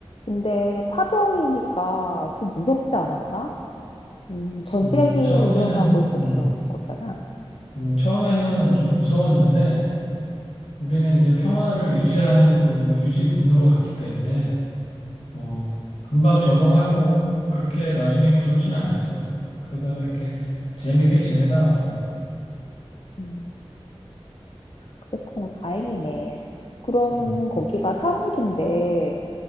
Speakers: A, on the left (about 60°); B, on the left (about 80°).
A: 근데 파병이니까 좀 무섭지 않았나? 음, 전쟁이
B: 음, 처음에는
A: 일어나고 있었던
B: 음,
A: 거잖아.
B: 음, 처음에는 좀 무서웠는데 우리는 이제 평화를 유지하는 그 유지군으로 갔기 때문에 어, 금방 적응하고 그렇게 나중에 무섭진 않았어. 그러다가 이렇게 재밌게 지내다 왔어.
A: 음, 그렇구나. 다행이네. 그러면
B: 음,
A: 거기가 사막인데